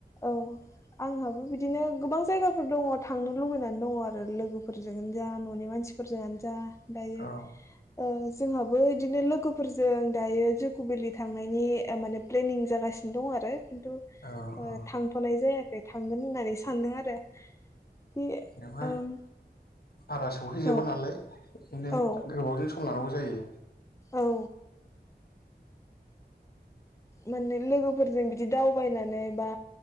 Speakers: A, on the left; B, on the left.
A: औ आंहाबो बिदिनो गोबां जायगाफोर दङ थांनो लुबैनानै दङ आरो लोगोफोरजोंनो जा न'नि मानसिफोरजोंनो जा दायो
B: औ
A: ओ जोंहाबो इदिनो लोगोफोरजों दायो जुक'भेलि थांनायनि अ माने प्लेनिं जागासिनो दं आरो खिन्थु
B: औ
A: ओ
B: औ
A: थांथ'नाय जाया खै थांगोन होननानै सानदों आरो बे
B: जेनेबा
A: ओम
B: बारा सहैजोबा
A: औ
B: नालाय बिदिनो
A: औ
B: गोबावजों सम लानांगौ जायो
A: औ माने लोगोफोरजों बिदि दावबायनानै बा